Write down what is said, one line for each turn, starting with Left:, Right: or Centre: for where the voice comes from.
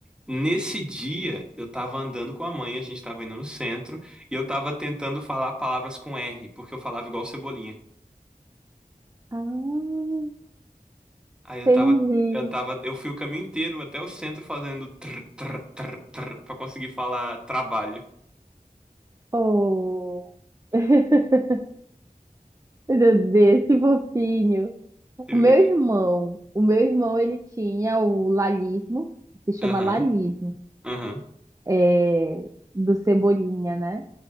Centre: nesse dia eu tava andando com a mãe, a gente tava indo no centro e eu tava tentando falar palavras com R, porque eu falava igual Cebolinha.
Right: Ah,
Centre: Aí eu
Right: entendi.
Centre: tava. Eu tava, eu fui o caminho inteiro até o centro fazendo tr, tr, tr, tr, pra conseguir falar trabalho.
Right: Oh, <laughs> meu Deus, que fofinho.
Centre: Eu-
Right: O meu irmão, o meu irmão, ele tinha o lalismo, que se chama
Centre: Aham,
Right: lalismo,
Centre: aham,
Right: é, do Cebolinha, né?